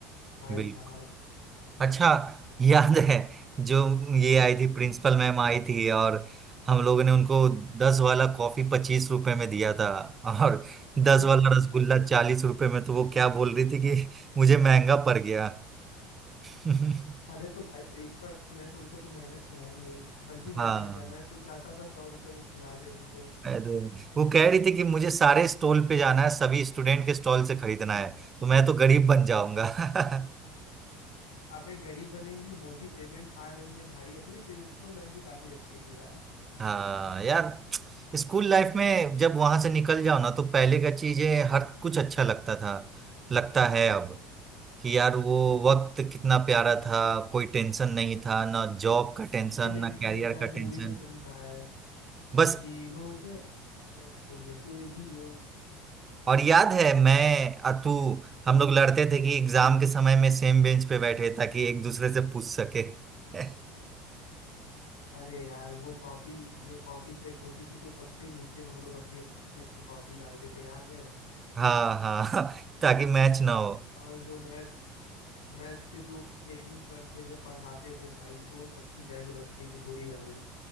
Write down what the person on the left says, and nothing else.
भाई
साहब
<laughs>
अरे तो भाई प्रिंसिपल है तो उनको तो महंगा खिलाएंगे ही बल्कि महंगा
क्या मैं तो चाहता था सौ रुपए में खिला दे उनको
अबे गरीब बनेंगी मोटी पेमेंट आ रही है भाई अपनी प्रिंसिपल मैम भी काफी अच्छी थी यार
इसीलिए
किसी
ने शायद
मूवी
में सही कहा है
जी लो जरा खुल के जियो
अरे यार वो कॉपी जो कॉपी चेक होती थी तो सबसे नीचे हम लोग अपनी अपनी कॉपी डालते थे याद है
और जो मैथ्स मैथ्स के जो खेम सर थे जब पढ़ाते थे भाई जो सबकी बैंड बजती थी बुरी वाली